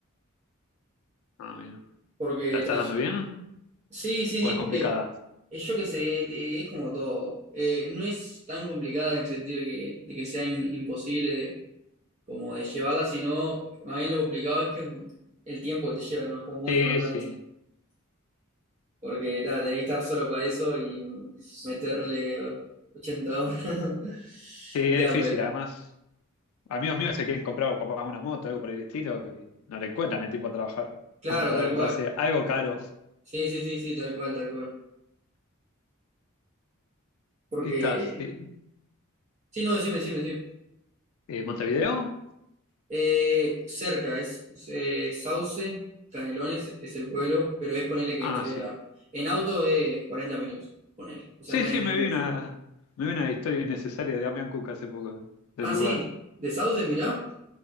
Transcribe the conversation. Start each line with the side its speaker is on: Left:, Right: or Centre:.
Left: Ah, bien.
Right: Porque
Left: ¿La estás
Right: tras-
Left: dando bien?
Right: Sí, sí,
Left: ¿O es complicada?
Right: sí. eh, es yo que sé, eh, es como todo. Eh, no es tan complicada en el sentido de que, de que sea im- imposible de, como de llevarla, sino más bien lo complicado es que es muy- el tiempo que te lleva, ¿no? Como muy
Left: Sí,
Right: demandante.
Left: sí.
Right: Porque ta, tenés que estar solo para eso y mm, meterle eh, 80 horas. <laughs>
Left: Sí, es
Right: Y tal,
Left: difícil,
Right: pero.
Left: además. Amigos míos se quieren comprar capaz una moto, algo por el estilo, y no le encuentran el tiempo a trabajar,
Right: Claro,
Left: como para
Right: tal
Left: comprarse
Right: cual.
Left: algo caro.
Right: Sí, sí, sí, sí, tal cual, tal cual. Porque.
Left: ¿Qué estás? eh,
Right: Sí, no, decime, decime, decime.
Left: eh, ¿Montevideo?
Right: Eh, cerca, es, es, eh, Sauce, Canelones es el pueblo, pero es ponerle que
Left: Ah,
Right: estoy
Left: sí.
Right: a... En auto es 40 minutos, ponele. O sea,
Left: Sí,
Right: no es,
Left: sí,
Right: no
Left: me
Right: es mucho.
Left: vi una, me vi una historia innecesaria de Damián Cook hace poco, de- del
Right: Ah,
Left: lugar,
Right: sí, de Sauce, mirá.